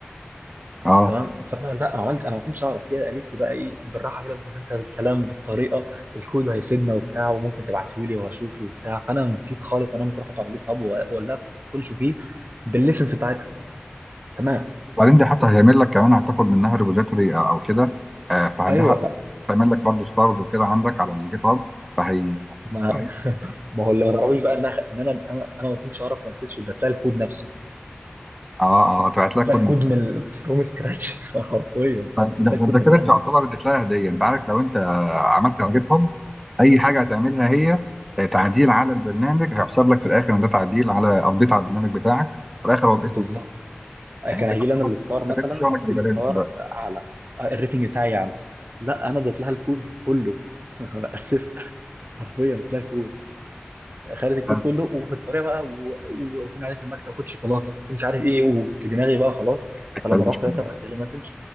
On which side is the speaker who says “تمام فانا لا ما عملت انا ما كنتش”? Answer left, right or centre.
Right